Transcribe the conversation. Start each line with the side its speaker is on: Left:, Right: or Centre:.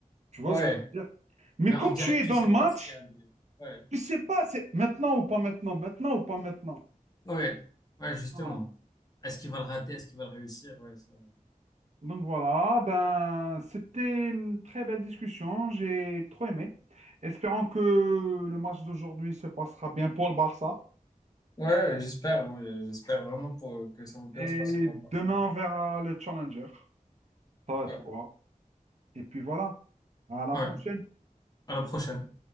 Right: Tu vois
Left: Ouais.
Right: ce que je veux dire? Mais
Left: Mais en
Right: quand
Left: direct,
Right: tu es
Left: tu
Right: dans
Left: sais
Right: le match,
Left: pas s'il y a un doublé. Ouais.
Right: tu sais pas, c'est maintenant ou pas maintenant, maintenant ou pas maintenant.
Left: Ouais. Ouais, justement.
Right: Voilà.
Left: Est-ce qu'il va le rater? Est-ce qu'il va le réussir? Ouais, c'est vrai.
Right: Donc voilà, ben c'était une très belle discussion, j'ai trop aimé. Espérons que le match d'aujourd'hui se passera bien pour le Barça.
Left: Ouais, j'espère. ouais, j'espère vraiment pour, que ça va bien
Right: Et
Left: se passer pour le Barça.
Right: demain, on verra le challenger. Ça va être
Left: Ouais.
Right: quoi? Et puis voilà, à la
Left: Ouais.
Right: prochaine.
Left: À la prochaine.